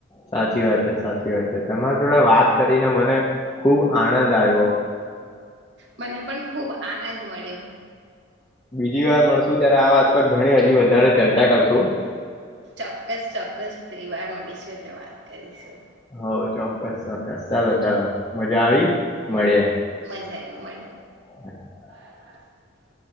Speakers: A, on the left; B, on the right.
A: સાચી વાત છે સાચી વાત છે તમારા જોડે વાત કરીને મને ખુબ આનંદ આયવો.
B: મને પણ ખુબ આનંદ મળ્યો.
A: જી વાર મળશું ત્યારે આ વાત પર ઘણી હજી વધારે ચર્ચા કરશું.
B: ચોક્કસ ચોક્કસ ફરીવાર મળીશું એટલે વા કરીશું.
A: હ ચોક્કસ ચોક્કસ ચાલો ચાલો. મજા આવી મળ્યે.
B: જાય મળી.
A: <inaudible>
B: <inaudible>